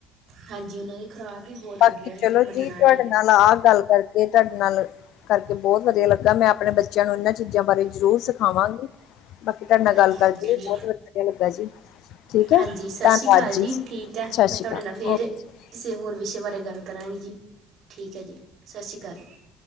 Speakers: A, on the right (about 50°); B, on the left (about 60°).
A: ਹਾਂਜੀ। ਉਹਨਾਂ ਦੀ ਖੁਰਾਕ ਹੀ ਬਹੁਤ ਵਧੀਆ
B: ਬਾਕੀ
A: ਸੀ
B: ਚਲੋ
A: ਤੁਸੀਂ ਮੰਨਣਾ
B: ਜੀ,
A: ਨਹੀਂ
B: ਤੁਹਾਡੇ ਨਾਲ ਆਹ ਗੱਲ ਕਰਦੇ ਇਹ ਤੁਹਾਡੇ ਨਾਲ ਕਰਕੇ ਬਹੁਤ ਵਧੀਆ ਲੱਗਾ। ਮੈਂ ਆਪਣੇ ਬੱਚਿਆਂ ਨੂੰ ਇਹਨਾਂ ਚੀਜ਼ਾਂ ਬਾਰੇ ਜ਼ਰੂਰ ਸਿਖਾਵਾਂਗੀ। ਬਾਕੀ ਤੁਹਾਡੇ ਨਾਲ
A: ਹਾਂਜੀ
B: ਗੱਲ
A: ਹਾਂਜੀ
B: ਕਰਕੇ
A: ਜੀ
B: ਬਹੁਤ ਵਧੀਆ ਲੱਗਾ ਜੀ। ਠੀਕ ਹੈ
A: ਹਾਂਜੀ, ਸਤਿ
B: ਧੰਨਵਾਦ
A: ਸ੍ਰੀ ਅਕਾਲ ਜੀ।
B: ਸਤਿ
A: ਠੀਕ ਹੈ, ਮੈਂ
B: ਸ਼੍ਰੀ
A: ਤੁਹਾਡੇ
B: ਅਕਾਲ
A: ਨਾਲ ਫੇਰ
B: ਓਕੇ ਜੀ
A: ਕਿਸੇ ਹੋਰ ਵਿਸ਼ੇ ਬਾਰੇ ਗੱਲ ਕਰਾਂਗੇ ਜੀ। ਠੀਕ ਹੈ, ਜੀ ਸਤਿ ਸ਼੍ਰੀ ਅਕਾਲ।